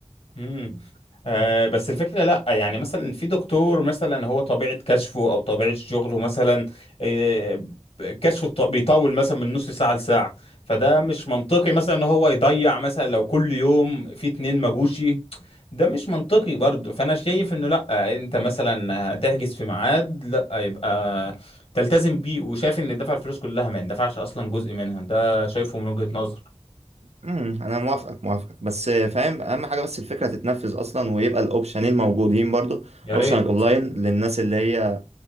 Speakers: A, on the left; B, on the right.
A: مم. آه بس الفكرة لأ يعني مثلا في دكتور مثلا هو طبيعة كشفه أو طبيعة شغله مثلا آه كشفه الط- بيطول مثلا من نص ساعة لساعة فده مش منطقي مثلا إن هو يضيع مثلا لو كل يوم في اتنين مجوشي ده مش منطقي برضه فأنا شايف إنه لأ أنت مثلا هتحجز في ميعاد لأ يبقى تلتزم بيه وشايف إن دفع الفلوس كلها ما يندفعش أصلا جزء منها ده شايفه من وجهة نظر
B: امم انا موافقك موافقك بس فاهم اهم حاجه بس الفكره تتنفذ اصلا ويبقى الاوبشنين موجودين برضو
A: يا
B: اوبشن
A: ريت
B: الاونلاين للناس اللي هي